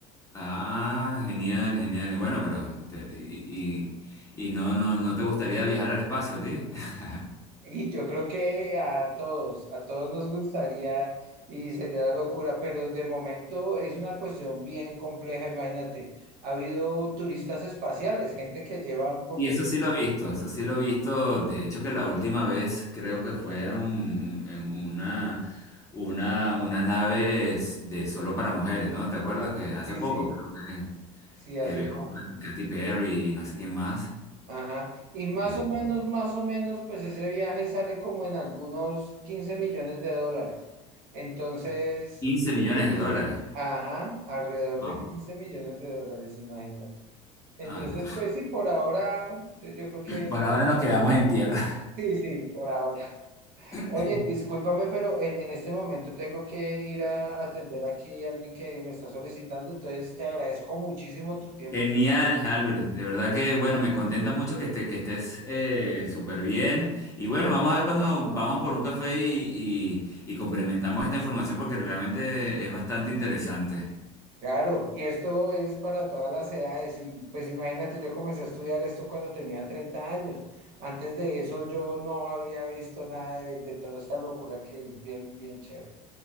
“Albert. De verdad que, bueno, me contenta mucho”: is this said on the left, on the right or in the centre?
Left